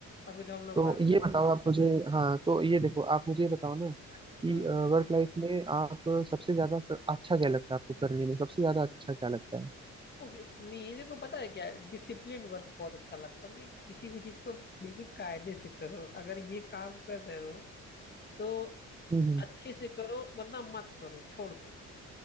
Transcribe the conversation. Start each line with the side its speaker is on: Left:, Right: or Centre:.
Left: अभी तो हम लोग
Right: तो
Left: वर्क
Right: ये
Left: लाइफ
Right: बताओ आप मुझे हाँ तो ये देखो आप मुझे ये बताओ ना कि
Left: हाँ
Right: वर्क लाइफ में आप सबसे ज्यादा स- अच्छा क्या लगता है आपको करने में सबसे ज्यादा अच्छा क्या लगता है
Left: ओके मेरे को पता है क्या डिसिप्लिन वर्क बहुत अच्छा लगता है मतलब किसी भी चीज को बिल्कुल कायदे से करो अगर ये काम कर रहे हो तो
Right: हम्म हम्म,
Left: अच्छे से करो वरना मत करो छोड़ दो